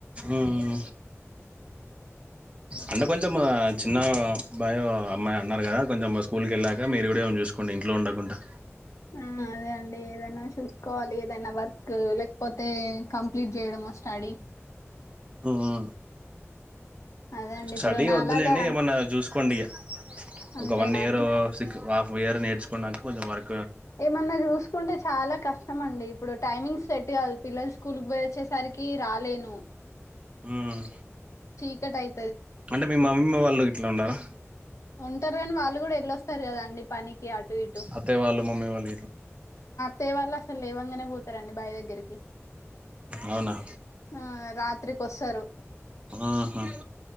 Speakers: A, on the right; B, on the left.
A: ఉమ్మ్ అంటే కొం చెం చిన్న బాయ్ అమ్మాయి అన్నారు కదా కొంచెం స్కూల్కెళ్ళాక మీరు కూడా ఏమన్నా చూసుకోండి ఇంట్లో ఉండకుంటా
B: ఆ అదే అండి ఏదైనా చూసుకోవాలి ఏదైనా వర్క్ లేకపోతే కంప్లీట్ చెయ్యడమో స్టడీ
A: ఉమ్
B: అదే అండి
A: స్టడీ
B: ఇప్పుడు నాలాగా
A: వద్దులేండి ఏమన్నా చూసుకోండి ఇగ
B: అంతేనా
A: ఒక వన్ ఇయర్
B: అండి
A: సిక్ హాఫ్ ఇయర్ నేర్చ న్నాకు కొంచెం వరకు
B: ఏమన్నా చూసుకుంటే చాలా కష్టమ అండి ఇప్పుడు టైమింగ్స్ సెట్ కావ్వాలి పిల్లలు స్కూల్కి పోయయి వచ్చేసరికి రాలేను
A: మ్మ్
B: అయి
A: అంటే మీ మమ్మీమ్ వాళ్ళు ఇట్లా ఉండారా
B: ఉంటారు కాని వాళ్ళు కూడా ఎలొస్తారు కదా అండి పనికి అటు ఇటు
A: అత్తయ్య మమ్మీ వాళ
B: తే వల్ల అస లేవంగానే పోతారండి బాయి దగ్గరికి
A: అవునా
B: ఆ రాత్రికొస్తారు
A: ఆహా